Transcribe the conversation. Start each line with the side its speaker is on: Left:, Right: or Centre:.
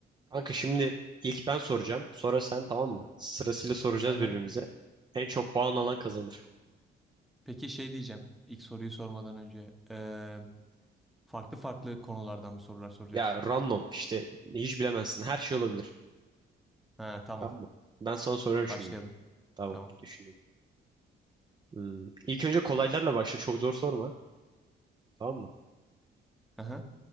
Right: Kanka şimdi ilk ben soracağım. Sonra sen tamam mı? Sırasıyla soracağız
Centre: Aha.
Right: birbirimize. En çok puan alan kazanır.
Centre: Peki şey diyeceğim. İlk soruyu sormadan önce. Ee, farklı farklı konulardan mı sorular soracaksın?
Right: Ya random işte hiç bilemezsin. Her şey olabilir.
Centre: Ha, tamam.
Right: Tamam mı? Ben sana soruyorum şimdi.
Centre: Başlayalım.
Right: Tamam
Centre: Tamam.
Right: düşüneyim. Hmm. İlk önce kolaylarla başla. Çok zor sorma. Tamam mı?
Centre: Aha.